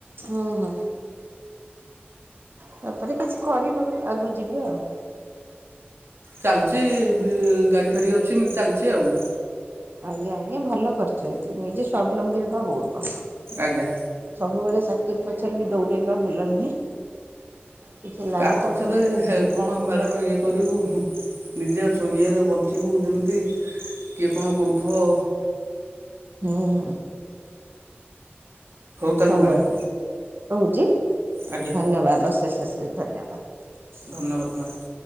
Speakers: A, on the right; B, on the right.
A: ହଁ ହଁ। ତାପରେ କିଛି କରିବ ଆଗକୁ ଯିବେ ଆଉ।
B: ଚାଲିଛି ବି ଗାଡ଼ି ଫାଡ଼ି ଅଛି ଏମିତି ଚାଲିଛି ଆଉ।
A: ଆଜ୍ଞା ଆଜ୍ଞା ଭଲ କରିଛନ୍ତି ନିଜେ ସ୍ୱାବଲମ୍ବୀ ହେବା ବହୁତ ଭଲ
B: ଆଜ୍ଞା
A: ସବୁବେଳେ ଚାକିରି ପଛରେ ବି ଦୌଡେଇବା ଭଲ ନୁହେଁ କିଛି ଲାଇନ୍
B: କା ପଛରେ
A: ଟାକୁ
B: କଣ ମ୍ୟାଡ଼ାମ ଇଏ କରିବୁ ନିଜେ ଇଏରେ ବଞ୍ଚିବୁ ଯେମିତି କିଏ କଣ କହୁଥିବ
A: ହଁ ହଁ
B: ତାହେଲେ
A: ହଉ
B: ମ୍ୟାଡ଼ାମ୍
A: ଆଜ୍ଞ ରହୁଛି
B: ଆଜ୍ଞା
A: ଧନ୍ୟବାଦ ଅଶେଷ ଅଶେଷ ଧନ୍ୟବାଦ
B: ଧନ୍ୟବାଦ ମ୍ୟାଡ଼ାମ